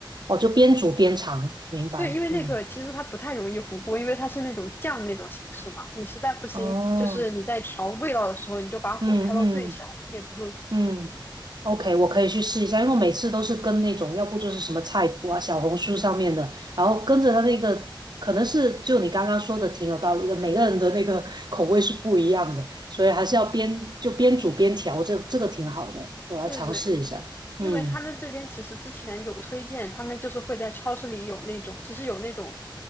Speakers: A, on the right; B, on the left.
A: 哦，就边煮边尝，明白，
B: 对，因为那个其实它不太容易糊锅，
A: 嗯，
B: 因为它是那种酱那种形式嘛。你实在不行，
A: 哦，
B: 就是你在调味道的时候，你就把火开到最小，
A: 嗯嗯。
B: 它也不会糊。
A: 嗯 OK，我可以去试一下，因为我每次都是跟那种，要不就是什么菜谱啊、小红书上面的，然后跟着他那个，可能是就你刚刚说的挺有道理的，每个人的那个 <laughs> 口味是不一样的，所以还是要边就边煮边调，这这个挺好的，我来尝试一下。
B: 对对对，因为他们这边其实之前有推荐，
A: 嗯
B: 他们就是会在超市里有那种，其实有那种